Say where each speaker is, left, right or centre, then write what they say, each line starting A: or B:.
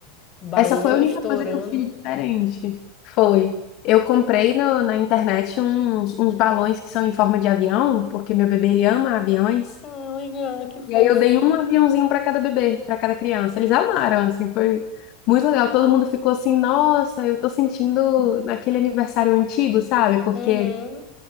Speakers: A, on the left; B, on the left.
A: balão
B: Essa foi a única
A: estourando.
B: coisa que eu fiz diferente. Foi. Eu comprei no- na internet uns, uns balões que são em forma de avião, porque meu bebê ele ama aviões.
A: Ah, legal, que fofo.
B: E aí eu dei um aviãozinho para cada bebê, para cada criança. Eles amaram, assim, foi muito legal. Todo mundo ficou assim, nossa, eu tô sentindo naquele aniversário antigo, sabe?
A: Uhum,
B: Porque